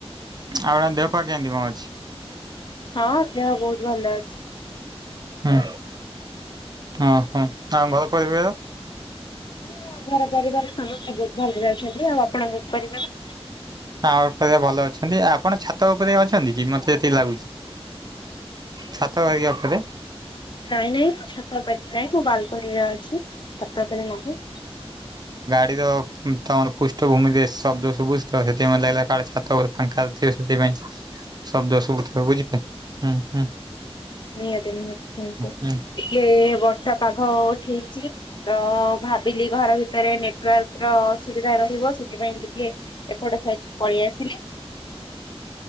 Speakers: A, on the right; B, on the left.
A: ଆଉଣ ଦେହ ପା କେମତି କଣ ଅଛି?
B: ହଁ ଦେହ ବହୁତ ଭଲ ଅ
A: ହୁଁ ହୁଁ ହୁଁ ଆଉ ଘର ପଇବାଏ
B: ହଁ ଘର ପରିବାର ସମସ୍ତେ ବହୁତ ଭଲରେ ଅଛନ୍ତି ଆଉ ଆପଣଙ୍କ ପରିବାର?
A: ଆ ପରିବାର ଭଲ ଅଛନ୍ତି ଆପଣ ଛାତ ଉପରେ ଅଛନ୍ତି କି ମତେ ଜେତିକି ଲାଗୁଛି। ଛାତ ବାଗିଆ ଉପରେ।
B: ନାଇଁ ନାଇଁ ମୁଁ ଛାତଉପରେ ଥାଏ ମୁଁ ବାଲକୋନୀରେ ଅଛି। ଛାତ ଉପରେ ନାହିଁ।
A: ଏଇତ ତମର ପୃଷ୍ଠଭୂମିରେ ଶବ୍ଦ ସୁୁବୁଚିତ ହେଥିପାଇଁ ଲାଗିଲା କାଳେ ଛାତ ଫାଙ୍କାରେ ଥିବେ ସେଥିପାଇଁ,
B: <inaudible>
A: ଶବ୍ଦ ଶୁଭୁଥିବ ବୁଝିଲେ ହୁଁ ହୁଁ।
B: ନିହାତି ନିହାତି କୁହନ୍ତୁ
A: ହୁଁ
B: ଟିକେ ବର୍ଷା ପାଘ ଉଠେଇଚି। ତ ଭାବିଲି ଘର ଭିତରେ ନେଟୱାର୍କ ର ଅସୁବିଧା ରହିବ ସେଥିପାଇଁ ଟିକେ ଏପଟ ସାଇଟକି ପଳେଇ ଆସିଲି